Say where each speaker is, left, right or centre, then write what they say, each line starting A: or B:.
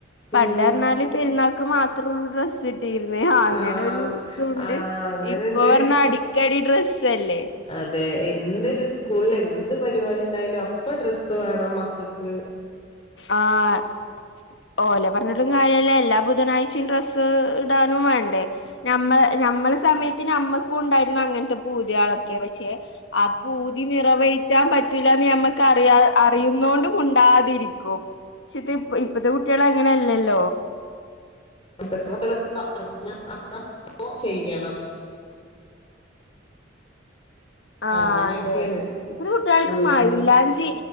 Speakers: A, on the left; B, on the left.
A: പണ്ടർന്നാല്
B: ഉം
A: പെരുന്നാക്ക് മാത്രൊള്ളൂ ഡ്രസ് കിട്ടീർന്നേ അങ്ങനെരു
B: ആഹ്
A: തൂണ്ട്
B: ആഹ് അങ്ങനെണ്ട്
A: ഇപ്പൊ പറഞ്ഞ അടിക്കടി ഡ്രസ്സല്ലേ
B: അതെ എന്തൊരു സ്കൂളിലെന്ത് പരിപാടി ണ്ടായാലും അപ്പൊ ഡ്രസ്സ് വേണം മക്ക്ക്
A: ആഹ് ഓലെ പർന്നിട്ടും കാര്യല്ല എല്ലാ ബുധനാഴ്ചയും ഡ്രസ്സ് ഇടാനും വേണ്ടേ നമ്മൾ നമ്മളെ സമയത്ത് ഞമ്മക്കൂണ്ടായിര്ന്നങ്ങൻത്തെ പൂതിയാളൊക്കെ പക്ഷെ ആ പൂതി നിറവേറ്റാൻ പറ്റൂല്ലാന്ന് ഞമ്മക്ക് അറിയ അറിയുന്നോണ്ട്‌ മുണ്ടാതിരിക്കും ക്ഷത്തെ ഇപ് ഇപ്പത്തെ കുട്ട്യാള് അങ്ങനല്ലല്ലോ
B: <unintelligible> ചെയ്യണം
A: ആഹ്
B: അങ്ങനെയൊക്കെയാണ്
A: അതെ ഇപ്പ കുട്ടികൾക്ക്
B: ഉം
A: മൈയിലാഞ്ചി